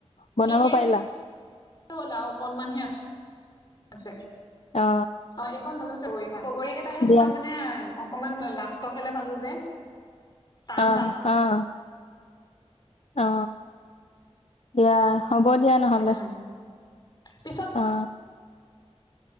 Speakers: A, on the left; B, on the left.
A: বনাব
B: হেহে
A: পাৰিলা
B: হ'লা আৰু অকনমান হে <unintelligible> আছে
A: অ
B: অ এইখন ভাল আছে ব বগৰী কেইটাহে
A: দিয়া
B: তোমাৰ মানে অকমান লাষ্টৰ ফালে পালো যে টান
A: অ
B: টান আৰু
A: আহ অ এয়া হ'ব দিয়া নহলে
B: সেইকাৰণে পিছত
A: অ